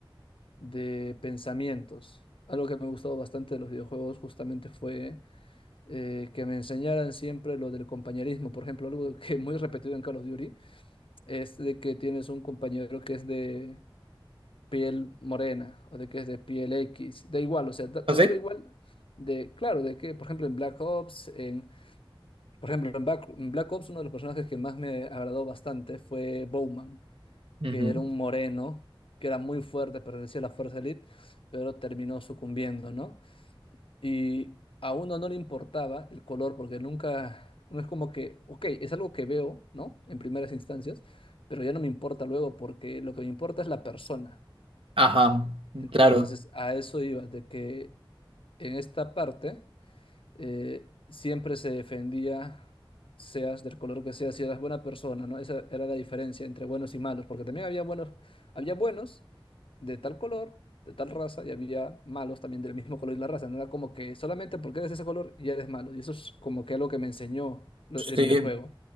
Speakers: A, on the left; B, on the right.
A: de pensamientos. Algo que me ha gustado bastante de los videojuegos justamente fue eh, que me enseñaran siempre lo del compañerismo. Por ejemplo, algo <laughs> que es muy repetido en Call of Duty es de que tienes un compañero que es de piel morena o de que es de piel X. Da igual, o sea, da-
B: ¿Ah,
A: te
B: sí?
A: daba igual de, claro, de que, por ejemplo, en Black Ops, en... Por ejemplo, en Back- en Black, Ops uno de los personajes que más me agradó bastante fue Bowman,
B: Ujú.
A: que era un moreno, que era muy fuerte, pertenecía a la Fuerza Elite, pero terminó sucumbiendo, ¿no? Y a uno no le importaba el color, porque nunca, no es como que, ok, es algo que veo, ¿no? En primeras instancias, pero ya no me importa luego, porque lo que me importa es la persona.
B: Ajá,
A: Entonces,
B: claro.
A: a eso iba, de que en esta parte... eh, siempre se defendía, seas del color que seas, si eras buena persona, ¿no? Esa era la diferencia entre buenos y malos, porque también había buenos, había buenos de tal color, de tal raza, y había malos también del mismo color y la raza. No era como que solamente porque eres de ese color ya eres malo. Y eso es como que algo que me enseñó lo-
B: Sí,
A: el videojuego.